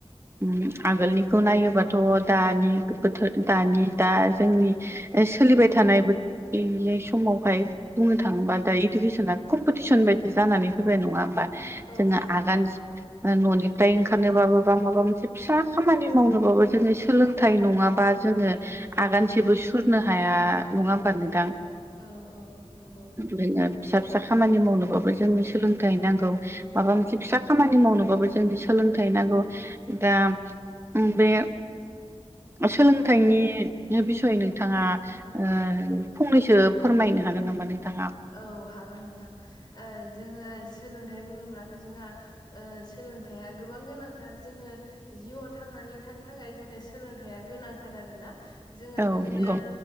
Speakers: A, on the right; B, on the left.
A: उम आगोलनिखौ नायोबाथ' दानि बोथोर दानि दा जोंनि सोलिबाय थानायबो बे समावहाय बुंनो थाङोबा दा इडुकेसना कम्पिटिसन बायदि जानानै फैबाय नंङा होनबा
B: औ
A: जोंङो आगान न'निफ्राय ओंखारनोबाबो बा माबा मोनसे फिसा खामानि मावनोबाबो जोंङो सोलों- थाय नंङाबा जोंङो आगानसेबो सुरनो हाया नङा होमबा नों
B: औ औ औ नंगौ
A: बिनो फिसा फिसा खामानि मावनोबाबो जोंनो सोलोंथाइ नांगौ माबा मोनसे फिसा खामानि मावनोबाबो जों सोलोंथाइ नांगौ दा ओ बे सोलोंथाइनि बिसय नोंथांङा ओ फंनैसो फोरमायनो हागोन नामा नोंथांङा
B: औ हागोन नोंथां जोंङो सोलोंथाइ बुङोब्लाथ' जोंहा सोलोंथाइया गोबां गोनांथार जोंङो जिउआव थांनानै थानो थाखाय जोंनो सोलोंथाइया गोनांथार आरोना जोङो
A: औ
B: बिदिनो
A: नंगौ